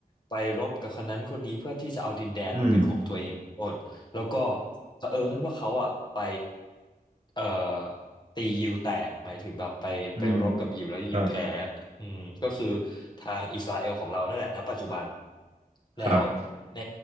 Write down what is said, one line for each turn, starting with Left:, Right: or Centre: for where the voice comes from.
Left: ไปรบกับคนนั้นคนนี้เพื่อที่จะเอาดินแดนมาเป็นของตัวเองทุกคน
Right: อืม
Left: แล้วก็เผอิญว่าเขาอ่ะไปเอ่อตียิวแตกหมายถึงแบบไปไปรบกับยิวแล้วยิวแพ้
Right: อืมครับ
Left: อืมก็คือทางอิสราเอลของเรานั่นแหละณปัจจุบันแล้ว
Right: ครับ
Left: ใน